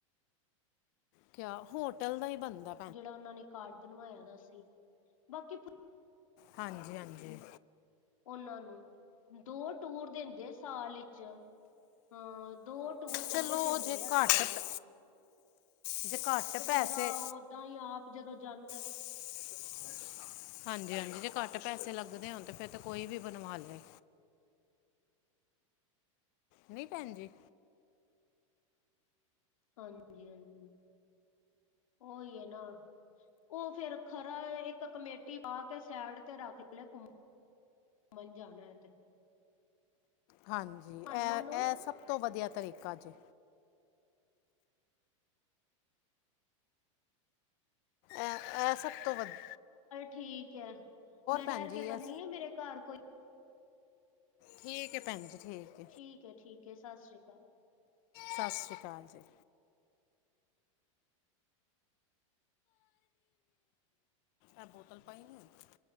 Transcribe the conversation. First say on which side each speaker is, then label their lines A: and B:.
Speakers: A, on the left (about 35°); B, on the left (about 85°).
A: ਕਿਆ ਹੋਟਲ ਦਾ ਹੀ ਬਨਦਾ।
B: ਜੇੜਾ ਓਨਾਂ ਨੇ ਕਾਰਡ ਬਣਵਾਯਾ ਦਾ ਸੀ ਬਾਕੀ
A: ਹਾਂਜੀ-ਹਾਂਜੀ।
B: ਓਨਾਂ ਨੂੰ ਦੋ ਟੂਰ ਦਿੰਦੇ ਸਾਲ ਇਚ। ਹਾਂ ਦੋ ਟੂਰ
A: ਚਲੋ
B: ਕੈਂਦੇ ਦਿੰਦੇ
A: ਜੇ
B: ਆ
A: ਘੱਟ
B: ਸਾਲ ਈਚ।
A: ਜੇ ਘੱਟ
B: ਤੇ ਬੰਦਾ
A: ਪੈਸੇ
B: ਓਦਾਂ ਈ ਆਪ ਜਦੋਂ ਜਾਂਦੈ
A: <inaudible> ਹਾਂਜੀ-ਹਾਂਜੀ ਜੇ ਘੱਟ ਪੈਸੇ ਲੱਗਦੇ ਹੋਣ ਤੇ ਫੇਰ ਤੇ ਕੋਈ ਵੀ ਬਣਵਾਲੇ। ਨੀਂ, ਭੈਨ ਜੀ।
B: ਹਾਂਜੀ-ਹਾਂਜੀ, ਓਈ ਏਨਾਂ। ਉਹ ਫੇਰ ਖਰਾ ਇੱਕ ਕਮੇਟੀ ਪਾਕੇ ਸੈਡ ਤੇ ਰੱਖ ਲੈ ਘੁੰਮ ਮਨ ਜਾਣਾ ਏਤੇ।
A: ਹਾਂਜੀ ਐ
B: ਨਾਲੋਂ
A: ਐ ਸਬ ਤੋਂ ਵਦੀਆ ਤਰੀਕਾ ਜੇ। ਐ ਐ ਸਭ ਤੋਂ ਵੱਧ-
B: ਠੀਕੈ ਮੈਂ ਠੈਰ
A: ਭੈਣ ਜੀ
B: ਕੇ ਕਰਨੀ
A: ਇਹ
B: ਆ, ਮੇਰੇ ਘਰ ਕੋਈ
A: ਠੀਕ ਹੈ ਭੈਣ ਜੀ ਠੀਕ
B: ਠੀਕੈ-ਠੀਕੈ, ਸਸ ਸ੍ਰੀ ਅਕਾਲ।
A: ਸਸ ਸ੍ਰੀ ਅਕਾਲ ਜੀ। ਐ ਬੋਤਲ ਪਈ ਨਈਂ ਹੋਈ।